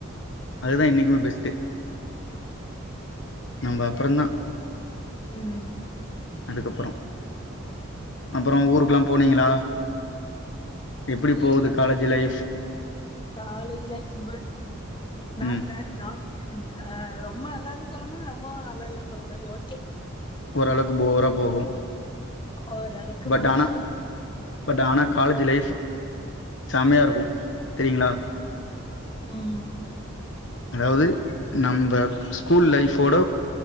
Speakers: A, on the left; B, on the left.
A: அதுதா என்னைக்குமே பெஸ்ட்டு நம்ம
B: ஓகே
A: அப்புறம்தான்
B: ம்
A: அதுக்கப்பறொ அப்றொ ஊருக்குல்லா போனீங்களா எப்டி
B: leave
A: போவுது college life
B: college life good நாட்
A: ம்
B: பேட் நாட் ஆ ரொம்ப நல்லா இருக்குன் சொல்ல முடியாது ரொம்பவு நல்லா இல்லனு சொல்ல முடியாது ஓகே
A: ஒரளக்கு போரா போகூ
B: ஓரளவுக்கு
A: பட்
B: போது
A: ஆனா பட் ஆனா காலேஜ் லைஃப் செமையா இருக்கூ தெரியுங்ளா
B: ம்
A: அதாவ்து நம்ப ஸ்கூல் லைஃபோட